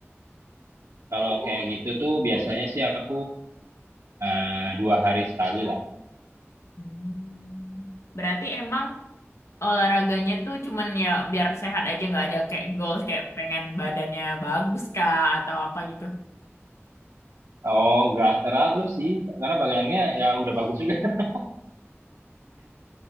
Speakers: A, on the right (about 80°); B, on the left (about 75°).
A: Kalau kayak gitu tuh biasanya sih aku eh, dua hari sekali lah.
B: Hmm. Berarti emang olahraganya tuh cuman ya biar sehat aja, nggak ada kayak goals, kayak pengen badannya bagus, Kak, atau apa gitu?
A: Oh, nggak terlalu sih, karena bagangnya ya udah bagus juga. <laughs>